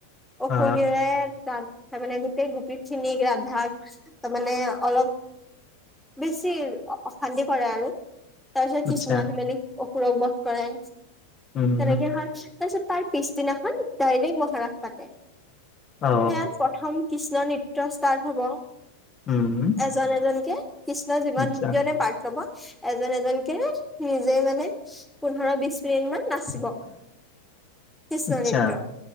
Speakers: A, in the centre; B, on the left.
A: অসুৰ
B: অ
A: <unintelligible> তাত তাৰমানানে গোটেই গোপীখিনিক ৰাধাক তাৰ মানে অলপ। বেছি অশান্তি কৰে আৰু তাৰপিছত
B: আচ্ছা
A: কৃষ্ণ আহি মেলি। অসুৰক বধ কৰে।
B: উম
A: তেনেকে হয় তাৰপিছত তাৰ পিছদিনা এখন ডাইৰেক্ট মহাৰাস পাতে। সেয়াত
B: অ
A: প্ৰথম কৃষ্ণ নৃত্য ষ্টাৰ্ট হ'ব।
B: উম।
A: এজন এজনকে কৃষ্ণ যিমান
B: আচ্ছা
A: জনে পাৰ্ট ল'ব। এজন এজনকে নিজে মানে পোন্ধৰ বিশ ইমান নাচিব কৃষ্ণ
B: আচ্ছা
A: নৃত্য।